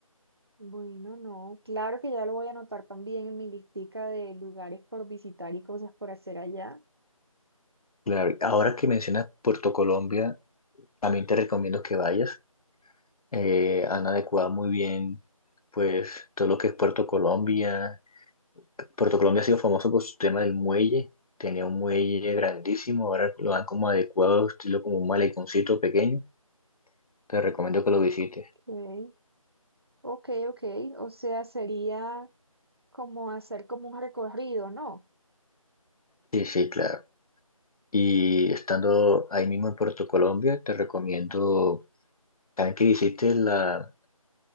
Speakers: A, on the right; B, on the left.
A: Bueno, no, claro que ya lo voy a anotar también en mi listica de lugares por visitar y cosas por hacer allá.
B: Claro, ahora que mencionas Puerto Colombia, también te recomiendo que vayas. eh, han adecuado muy bien pues todo lo que es Puerto Colombia. Puerto Colombia ha sido famoso por su tema del muelle, tenía un muelle grandísimo, ahora lo han como adecuado, estilo como un maleconcito pequeño. Te recomiendo que lo visites.
A: Ok, ok, ok. O sea, sería como hacer como un recorrido, ¿no?
B: Sí, sí, claro. Y estando ahí mismo en Puerto Colombia, te recomiendo también que visites la,